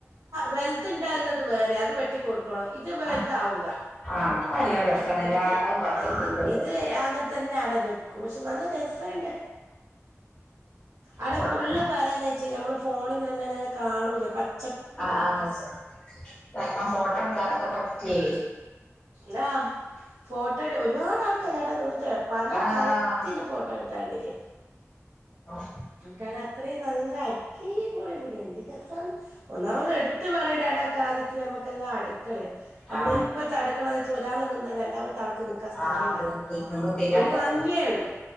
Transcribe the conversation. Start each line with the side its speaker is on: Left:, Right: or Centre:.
Right: വലതലുത്ത്ണ്ടാവുന്നത് വേറെ അത് വെട്ടി കൊടുക്കണോ ഇത് വലുതാ
Left: ആ
Right: വൂല
Left: ആഹ് അത് നല്ല രസാണ്ല്ലേ
Right: ഇത്
Left: അത് പച്ചക്കറികളുടെ
Right: ആ ഹ ഇത് അങ്ങനെത്തന്നെ അടെ നിക്കും പക്ഷെ നല്ല രസണ്ട് അവിടെ
Left: ഫോട്ടോ
Right: ഫുള്ള് പറ ചെച്ച നമ്മള് ഫോണിൽല്ലാംങ്ങെ കാണൂല്ല പ -
Left: ആഹ ആഹ പ സെ ഫോട്ടോ എടുക്കാനൊക്കെ പറ്റ്യാ
Right: ന്നാ? ഫോട്ട ഒരുപാട് ആൾക്കാരവിടെ നിന്നിട്ടെ പലതര
Left: ആഹ്
Right: ഫോട്ടോ എടുത്താണ്ടേക്ക്
Left: ഉം
Right: കാരണം അത്രയും നല്ല അടിപൊടി പുല്ല് എന്ത് രസാണ് ഒന്നാമത് എടുത്തു പറയേണ്ട ആടാ കാര്യത്തില്ൽ നമ്മുക്കെല്ലാം അടുക്കളയ നമ്മള്
Left: ആഹ്
Right: ഇപ്പത്തെ അടുക്കള ത് ഒരാൾ നിന്നാ രണ്ടാമത്തെ ആൾക്ക് നൽക്കാൻ സ്ഥലമില്ല
Left: ആഹ് അത് തിന്ന് തിരിയാത്തതല്ലേ
Right: ഒരു ഭംഗിയുള്ളു